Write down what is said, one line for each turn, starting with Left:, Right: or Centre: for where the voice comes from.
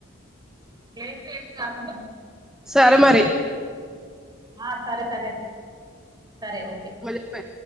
Right: ప్స్ వేస్ట్ కాకుండా
Centre: సార మరి
Right: ఆ సరే సరే సరే ఓకే
Centre: మరి చెప్పే.